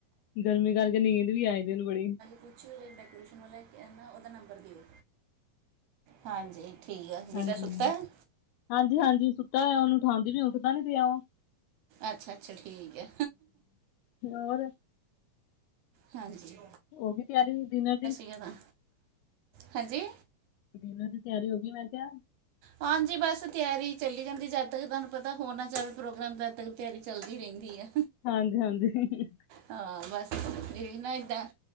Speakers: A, on the left (about 80°); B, on the right (about 75°).
A: ਗਰਮੀ ਕਰਕੇ ਨੀਂਦ ਵੀ ਆਏ ਦੀ ਉਨੂੰ ਬੜੀ
B: ਪੁਛ ਹੋ ਡੈਕੋਰੇਸ਼ਨ ਵਾਲੇ ਨਾ ਉਦਾ ਨੰਬਰ ਦਿਓ ਹਾਂਜੀ। ਠੀਕ ਆ ਬੇਟਾ
A: ਹਾਂਜੀ-ਹਾਂਜੀ-ਹਾਂਜੀ
B: ਸੁੱਤਾ ਹੈ
A: ਸੁੱਤਾ ਹੋਇਆ ਉਨੂੰ ਉਠਾਂਦੀ ਵੀ ਉੱਠਦਾ ਨੀ ਪਿਆ ਓ
B: ਅੱਛਾ-ਅੱਛਾ ਠੀਕ ਏ।
A: ਤੇ ਹੋਰ
B: ਹਾਂਜੀ।
A: ਹੋਗੀ ਤਿਆਰੀ ਡਿਨਰ ਦੀ?
B: ਯਾ ਨਾ ਹਾਂਜੀ।
A: ਗੋਨਾਂ ਦੀ ਤਿਆਰੀ ਹੋ ਗੀ ਮੈਂ ਕਿਆ?
B: ਹਾਂਜੀ, ਬਸ ਤਿਆਰੀ ਈ ਚੱਲੀ ਜਾਂਦੀ ਜਦ ਤੱਕ ਤੁਆਨੂੰ ਪਤਾ ਹੋਨਾ ਚਾਹਵੇ ਪ੍ਰੋਗਰਾਮ ਤਦ ਤੱਕ ਤਿਆਰੀ ਚੱਲਦੀ ਰੈੰਦੀ ਐ।
A: ਹਾਂਜੀ, ਹਾਂਜੀ।
B: ਹਾਂ, ਬਸ ਯੇਹੀ ਨਾ ਏਦਾਂ